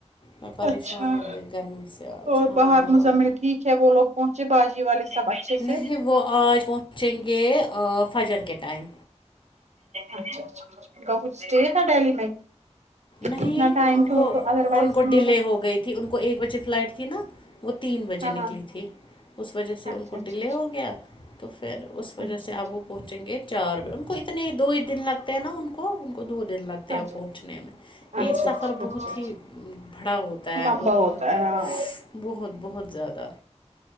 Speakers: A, on the left; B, on the right.
A: میں پریشان
B: اچھا
A: ہو گئی گرمی سے آج
B: اور
A: ہاں
B: باہر مزمل ٹھیک ہے وہ لوگ پہنچے باجی والے سب اچھے سے
A: نہیں وہ آج پہنچیں گے فجر کے ٹائم
B: اچھا اچھا ان کا کچھ اسٹے تھا دہلی میں
A: نہیں
B: کتنا ٹائم
A: ان
B: تو
A: کو
B: تو ادر وائز
A: ان کو
B: مجھے
A: ڈیلے
B: لگا
A: ہو گئی تھی ان کو ایک بجے فلائٹ تھی نا وہ تین بجے
B: ہاں
A: نکلی
B: ہاں
A: تھی اس وجہ سے ان
B: اچھا
A: کو
B: اچھا
A: ڈیلے
B: اچھا
A: ہو گیا تو پھر اس وجہ
B: اچھا
A: سے آپ وہ پہنچیں گے چار بجے ان کو اتنے ہی دو ہی دن لگتے ہیں نا ان کو ان کو دو دن لگتے ہیں
B: اچھا
A: پہنچنے میں یہ
B: اچھا
A: سفر
B: اچھا
A: بہت
B: اچھا
A: ہی بھڑا ہوتا
B: اچھا
A: ہے
B: لمبا
A: اور بہت
B: ہوتا
A: ہی
B: ہے ہاں
A: بہت بہت زیادہ